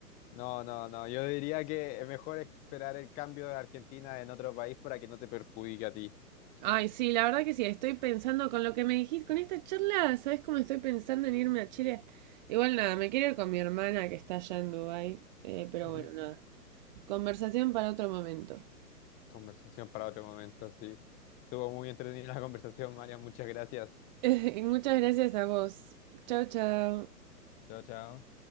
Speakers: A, on the left; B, on the right.
A: No, no, no. Yo diría que es mejor esperar el cambio de Argentina en otro país para que no te perjudique a ti.
B: Ay, sí, la verdad que sí, estoy pensando con lo que me dijiste, con esta charla, ¿sabes cómo estoy pensando en irme a Chile? Igual nada, me quiero ir con mi hermana que está allá en Dubái, eh, pero
A: Ujú.
B: bueno, nada. Conversación para otro momento.
A: Conversación para otro momento, sí. Estuvo muy entretenida la conversación, María. Muchas gracias.
B: <laughs> Muchas gracias a vos. Chao, chao.
A: Chao, chao.